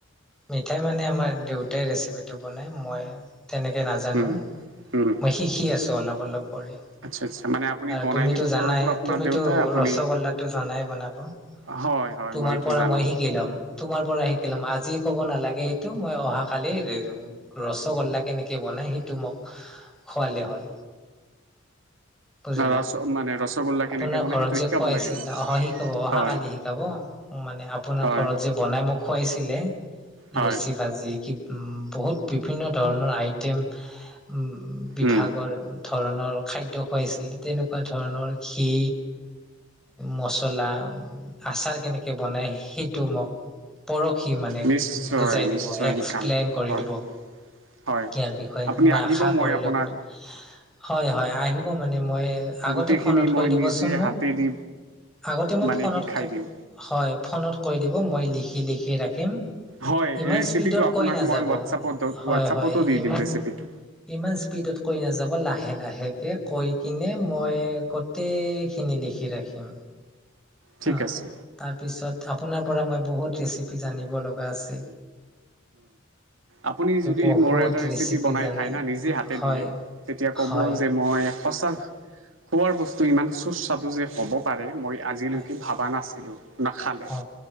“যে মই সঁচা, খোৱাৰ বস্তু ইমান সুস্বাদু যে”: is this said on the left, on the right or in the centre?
Right